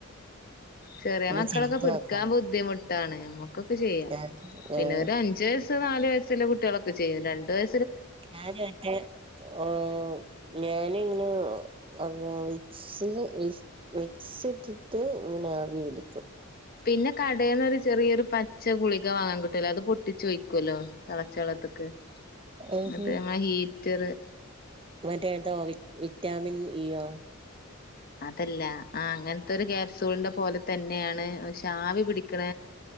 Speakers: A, on the left (about 45°); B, on the right (about 25°).
A: ചെറിയ
B: ഒന്ന്
A: മക്കളൊക്കെ
B: ചെയ്ത്
A: പിടിക്കാൻ
B: നോക്കണം
A: ബുദ്ധിമു ട്ടാണ് നമ്മക്കൊക്കെ ചെയ്യാം
B: ഏഹ്
A: പിന്നെ ഒരു അഞ്ച് വയസ്സ് നാല് വയസുള്ള കുട്ടികളൊക്കെ ചെയ്യും രണ്ട വയ
B: ഞാനറ്റ് ഓ ഞാന ഇങ്ങനെ ഒന്നാ വിക്സി വിക്സ് ഇട്ടിട്ട് ഇങ്ങനെ ആവി പിടിക്കും.
A: പിന്നെ കടയിന്നൊരു ചെറിയൊരു പച്ച ഗുളിക വാങ്ങാൻ കിട്ടുവല്ലോ അത് പൊട്ടിച്ചുയ്ക്കല്ലോ തെളച്ചള ള്ളത്ത്ക്ക്
B: ഏത്
A: എന്നിട്ട്മ്മ ഹീറ്ററ്
B: മറ്റേതോ വി വിറ്റാമിൻ ഇയോ
A: അതല്ല ആ അങ്ങനത്തെ ഒരു കായാപ്സൂളിന്റെ പോലെ തന്നെയാണ് പക്ഷെ ആവി പിടിക്കണ